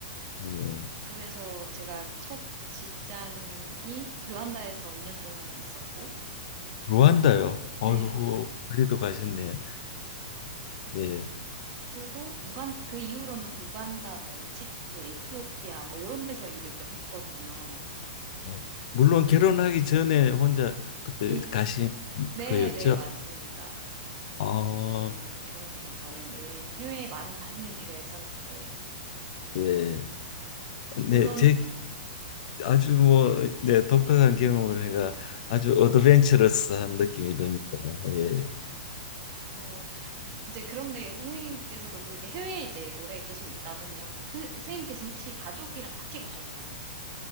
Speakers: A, on the left; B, on the right.
A: 네.
B: 그래서 제가 첫 직장이 르완다에서 2년 동안 있었고
A: 루안다요. 아이고,
B: 네.
A: 멀리도 가셨네. 예.
B: 그리고 우간 그 이후로는 우간다 뭐 이집트, 에티오피아 뭐 이런 데서 일을 좀 했거든요.
A: 어, 물론 결혼하기 전에 혼자 그때
B: 예.
A: 가신
B: 네,
A: 거였죠.
B: 네, 맞습니다.
A: 아,
B: 네, 결혼하기 전에는 해외에 많이 다니는 일을 했었는데,
A: 예. 네,
B: 물론,
A: 제 아주 뭐, 네, 독특한 경험을 해가 아주 어드벤처러스한 느낌이 듭니다. 예.
B: 어, 이제 그런데 선생님께서도 그렇게 해외에 이제 오래 계속 있다 보면, 선- 선생님께서 혹시 가족이랑 같이 가셨나요?